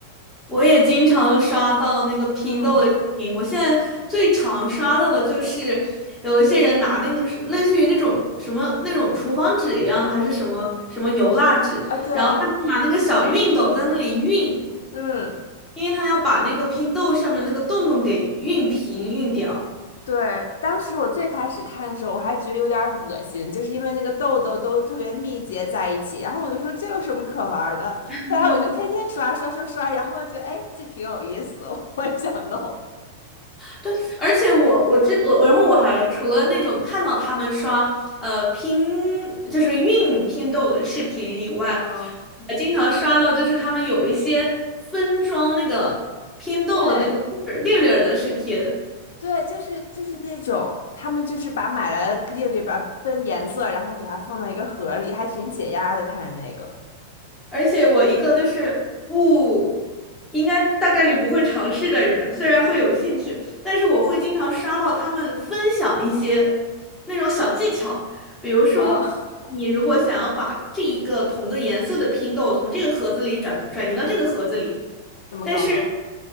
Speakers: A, in the centre; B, on the left.
A: 我也经常刷到那个拼豆的视频，
B: 嗯，
A: 我现在最常刷到的就是有一些人拿那个是类似于那种什么那种厨房纸一样的，还是什么什么油蜡纸，
B: 啊对，
A: 然后他拿那个小熨斗在那里熨，
B: 嗯
A: 因为他要把那个拼豆上面那个洞洞给熨平熨掉。
B: 对，当时我最开始看的时候，我还觉得有点儿恶心，就是因为那个痘痘都特别密结在一起，然后我就说这有什么可玩儿的？
A: <laughs>
B: 后来我就天天刷刷刷刷，然后就觉得哎，这挺有意思的，<laughs> 我也想弄。
A: 对，而且我我这我，然后我还除了那种看到他们刷呃拼就是运拼豆的视频以外，
B: 嗯，
A: 我还经常刷到就是他们有一些分装那个拼豆的那个粒儿粒儿的视频。
B: 对。对，就是就是那种，他们就是把买来的列里边分颜色，然后给它放到一个盒里，还挺解压的。看着那个
A: 而且我一个就是不应该大概率不会尝试的人，虽然会有兴趣，但是我会经常刷到他们分享一些那种小技巧，比如说你如果想要把这一个同个颜色的拼豆从这个盒子里转转移到这个盒子里，
B: 啊，<laughs> 怎么搞呢？
A: 但是